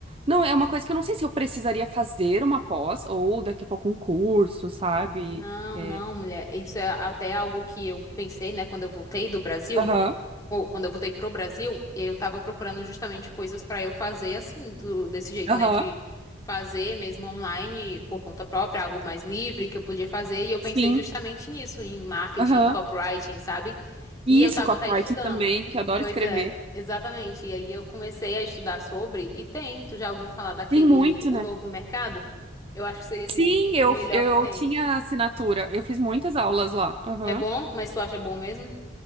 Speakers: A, on the right (about 30°); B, on the left (about 15°).
A: Não, é uma coisa que eu não sei se eu precisaria fazer uma pós ou daqui a pouco um curso, sabe?
B: Não,
A: É,
B: não, mulher. Isso é até algo que eu pensei, né, quando eu voltei do Brasil,
A: Aham,
B: ou quando eu voltei pro Brasil, eu tava procurando justamente coisas pra eu fazer assim, do- desse jeito,
A: aham,
B: né, de fazer mesmo online por conta própria, algo mais livre que eu podia fazer, e eu pensei
A: sim.
B: justamente nisso, em marketing,
A: Aham.
B: em copywriting, sabe? E
A: E
B: eu
A: isso,
B: tava
A: copywriting
B: até estudando.
A: também, que eu adoro
B: Pois
A: escrever.
B: é, exatamente. E aí eu comecei a estudar sobre, e tem, tu já ouviu falar daquele,
A: Tem muito,
B: o
A: né?
B: novo mercado? Eu acho que seria assim,
A: Sim,
B: o,
A: eu,
B: o melhor
A: eu
B: que tem.
A: tinha assinatura. Eu fiz muitas aulas lá. Aham.
B: É bom? Mas tu acha bom mesmo?